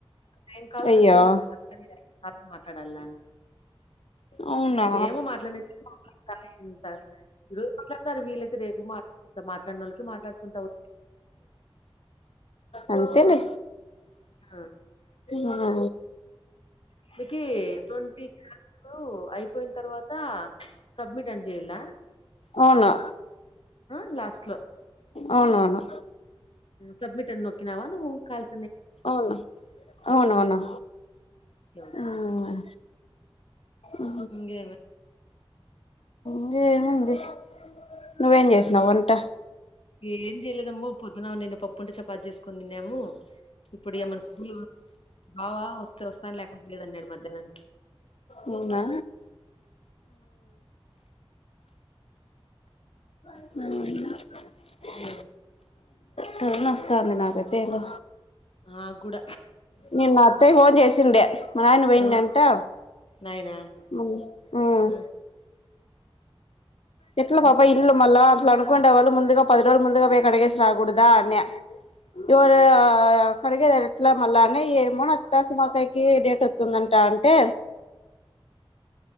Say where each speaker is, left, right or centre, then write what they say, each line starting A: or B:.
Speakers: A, on the left; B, on the left.
A: నైన్ కాల్స్
B: అయ్యో
A: అట్లనే చూపిస్తంద నీది కాల్స్ మాట్లాడాల్ల
B: అవునా
A: ఏమో మాట్లాడ <inaudible> ఇంత రూ సారే వీళ్లయితే రేపు మాట్లాడుతా మాట్లాడిన వాళ్ళకి మాట్లాడుకుంటా పోత్
B: అంతేలే
A: ఆ!
B: ఆ
A: ఇంతకి ఎటువంటి క్లాత్ ఇప్పుడు అయిపోయిన తర్వాత సబ్మిట్ అని చెయల్ల
B: అవునా
A: హ లాస్ట్ లో
B: అవునవును
A: సబమిట్ అని నొకిినవా నువు కాల్
B: అవును అవునువును
A: ఆ! ఓకే. ఓకే.
B: ఉమ్ అఓ
A: ఇంగేమి
B: ఇకేమంది నువ్వేం చేసినావ్ వంట
A: ఏం చేయలేదమ్మో పొద్దున నిన్న పప్పుంటే చపాతి చేసుకుని తిన్నాము ఇప్పుడు ఏమన్న స్కూల్ బావా వస్తే వస్తా లేయాకుంటె లేదు అన్నాడు మధ్య ననీకి
B: మూనా
A: బ
B: <inaudible>
A: లెవు
B: తది నస్తాంది నాదతేలు
A: నక్గుడ
B: నిన్న అత్తయి ఫోన్ చేసిండే మా నాయన పోయిడింటా
A: ఆ నాయనా
B: మ్
A: ఆ
B: ఎట్లా పాప
A: ఆ
B: ఇలు మల్ల అట్లా అనుకుంటే వాళ్ళ ముందుగా పది రోజులు ముగాేకు అడిగేసి రాకూదా అని ఎదు ఆ ఆ ఆ కడిగేద ఎట్లా మళ్ళా అనే ఏమోత్తాసు మాకాయకి డేట్ వస్తుతుందంట అంటే